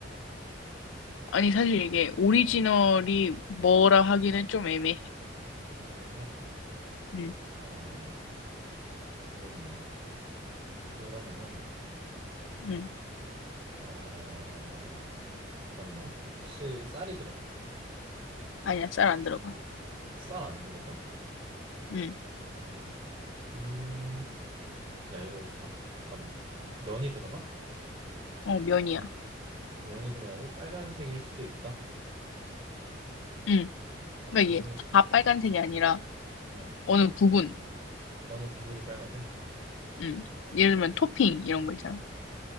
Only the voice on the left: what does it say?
아니, 사실 이게 오리지널이 뭐라 하기는 좀 애매해.
응,
응.
아니야, 쌀 안 들어가.
응,
어, 면이야.
응.
그러니까 이게 다 빨간색이 아니라
어느 부분.
음. 예를 들면 토핑 이런 거 있잖아.